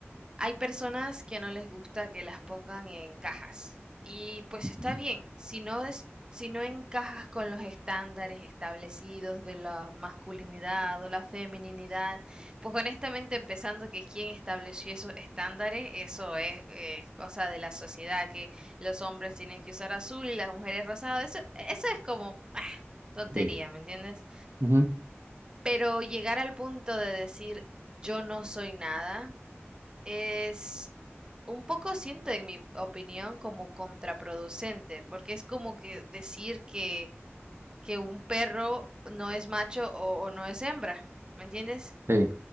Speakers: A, on the right; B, on the right.
A: hay personas que no les gusta que las pongan en cajas. Y pues
B: Ujú.
A: está bien, si no es, si no encajas con los estándares establecidos de la masculinidad o la femininidad, pues honestamente empezando que quien estableció esos estándares, eso es eh, cosa de la sociedad, que los hombres tienen que usar azul y las mujeres rosado, eso, eso es como ah, tontería,
B: Sí.
A: ¿me entiendes?
B: Ujú.
A: Pero llegar al punto de decir yo no soy nada, es un poco siento, en mi opinión, como contraproducente, porque es como que decir que, que un perro no es macho o, o no es hembra, ¿me entiendes?
B: Sí.